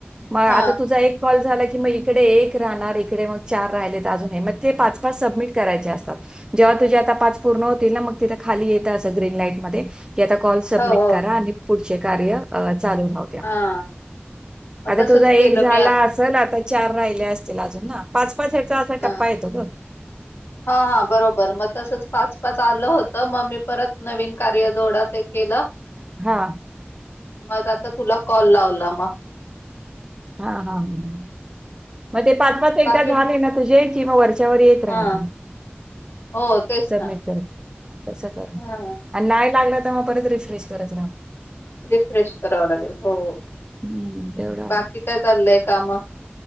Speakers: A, on the right; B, on the left.
A: मग
B: हा
A: आता तुझा एक कॉल झाला की मग इकडे एक राहणार, इकडे मग चार राहिले,, तर अजूनही मग ते, पाच पाच सबमिट करायचे असतात. जेव्हा तुझे आता पाच पूर्ण होतील ना,, मग तिथं खाली येतं असं, ग्रीन लाईट मध्ये. की आता कॉल सबमिट
B: हो हो
A: करा आणि पुढचे कार्य चालू राहत
B: हा मग
A: आता
B: तसच
A: तुझा
B: केलं
A: एक झाला
B: मी
A: असेल आता चार राहिले असतील अजून ना पाच पाच या्याचा असा
B: हा
A: टप्पा येतो ग
B: हा हा बरोबर मग तसच पाच पाच आलं होतं मग मी परत नवीन कार्य जोडत केलं‌.
A: हा,
B: मग आता तुला कॉल लावला मग.
A: हा, हा, ह मग ते पाच पाच एकदा
B: बाकी
A: झाले ना तुझे,, किं वरचऽ चेवर येत राहणार,
B: हा हो तेच
A: सबमिट
B: ना
A: कर. तस कर,
B: ह
A: आणि नाही लागलं तर मग परत रिफ्रेश करत राहा.
B: रिफ्रेश कराव लागेल,, हो,
A: हम्म तेवढं आहे
B: बाकी काय चाललंय काम?